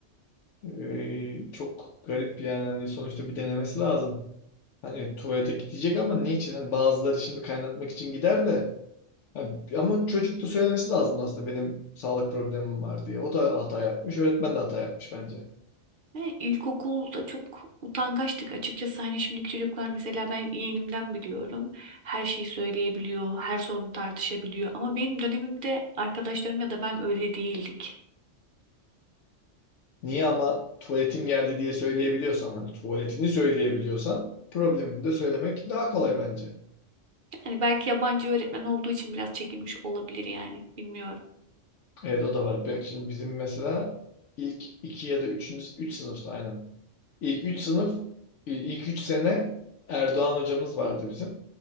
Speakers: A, on the left; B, on the right.
A: Ee, çok garip yani hani sonuçta bir denemesi lazım. Hani tuvalete gidecek ama ne için? Hani bazıları şimdi kaynatmak için gider de Ha, Ama çocuk da söylemesi lazım aslında benim sağlık problemim var diye. O da hata yapmış, öğretmen de hata yapmış bence.
B: Ne, ilkokulda çok utangaçtık açıkçası hani şimdiki çocuklar mesela ben yeğenimden biliyorum her şeyi söyleyebiliyor her sorunu tartışabiliyor ama benim dönemimde arkadaşlarım ya da ben öyle değildik.
A: Niye ama tuvaletim geldi diye söyleyebiliyorsan, hani tuvaletini söyleyebiliyorsan problemini de söylemek daha kolay bence.
B: Yani belki yabancı öğretmen olduğu için biraz çekinmiş olabilir yani bilmiyorum.
A: Evet o da var. Bak şimdi bizim mesela ilk iki ya da üçüncü, üç sınıfta aynen. İlk 3 sınıf, e, ilk 3 sene Erdoğan hocamız vardı bizim.